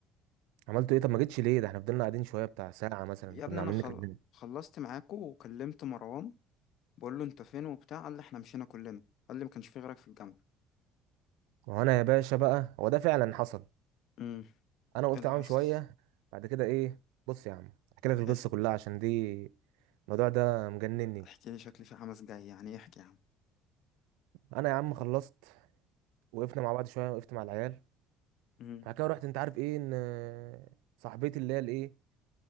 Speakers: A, on the right; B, on the left.
A: عملتوا ايه طب ما جيتش ليه ده احنا فضلنا قاعدين شويه بتاع ساعه مثلا
B: يا
A: كنا
B: ابني انا
A: عاملين
B: خل...
A: نكلمه
B: خلصت معاكو وكلمت مروان بقول له انت فين وبتاع قال لي احنا مشينا كلنا قال لي ما كانش في غيرك في الجامعة
A: ما هو انا يا باشا بقى هو ده فعلا حصل
B: امم
A: انا وقفت
B: ايه اللي
A: معاهم
B: حصل
A: شويه بعد كده ايه بص يا عم احكي لك القصه
B: ايه
A: كلها عشان دي الموضوع ده مجنني
B: احكي لي شكلي في حماس جاي يعني إيه احكي يا عم
A: انا يا عم خلصت وقفنا مع بعض شويه وقفت مع العيال
B: امم
A: بعد كده رحت انت عارف ايه ان آه، صاحبتي اللي هي الايه